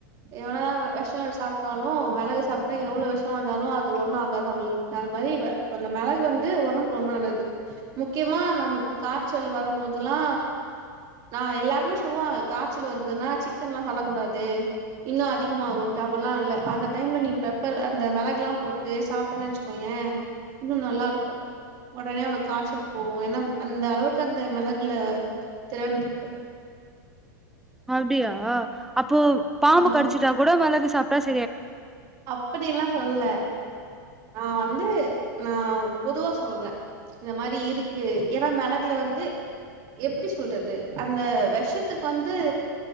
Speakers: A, on the right; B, in the centre.
A: எவ்வளோதா வெ வெஷொ சாப்ட்டாலு மெளகு சாப்ட்டா எவ்ளோ வெஷொ இருந்தாலு அது ஒன்னு ஆகாது அவங்களுக்கு அது மாதிரி அந்த மெளகு வந்து ஒடம்புக்கு ரொம்ப நல்லது முக்கியமா நமக்கு காச்சல் வரம்போதெல்லா நா எல்லாருமே சொல்லுவாங்க காச்சல் வருதுன்னா சிக்கன்ல்லா சொல்லக் கூடாது இன்னு அதிகமாகுன்ட்டு அப்புல்லா இல்ல அந்த டைம்ல நீ பெப்பர் அந்த மெளகுல்லா போட்டு சாப்ட்டன்னு வச்சுக்கோயே இன்னு நல்லா இருக்கு ஒடனே உனக்கு காய்ச்சல் போகு ஏன்னா அந்த அளவுக்கு அந்த மெளகுல திறண்றுக்கு
B: அப்டியா அப்போ பாம்பு
A: ஆமா
B: கடிச்சிட்டா கூட மெளகு சாப்டாச்
A: அப்படில்லா சொல்லல நா வந்து நா பொதுவா சொல்றே இந்த மாரி இருக்கு ஏன்னா மெளகுல வந்து எப்டி சொல்றது அந்த விஷத்துக்கு வந்து